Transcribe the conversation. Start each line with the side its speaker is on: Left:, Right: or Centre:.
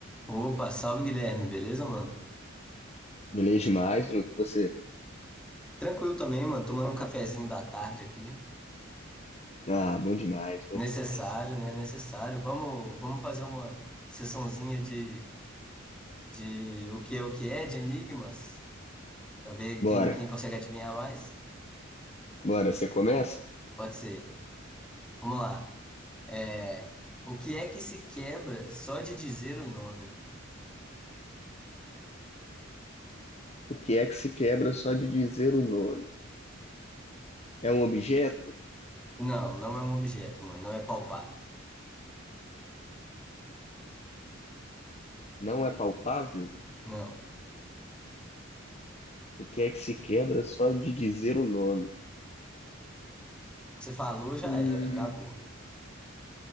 Centre: Opa, salve Guilherme, beleza, mano?
Left: Beleza demais, Luke. Você.
Centre: Tranquilo também, mano, tomando um cafezinho da tarde aqui.
Left: Ah, bom demais, bom
Centre: Necessário,
Left: demais.
Centre: né? Necessário. Vamos, vamos fazer uma sessãozinha de, de o que é o que é, de enigmas, pra ver
Left: Bora,
Centre: quem, quem consegue adivinhar mais.
Left: bora, você começa?
Centre: Pode ser. Vamos lá. É, o que é que se quebra só de dizer o nome?
Left: O que é que se quebra só de dizer o nome? É um objeto?
Centre: Não, não é um objeto, mano, não é palpável.
Left: Não é palpável?
Centre: Não.
Left: O que é que se quebra só de dizer o nome?
Centre: Você falou, já
Left: Hum,
Centre: era, acabou.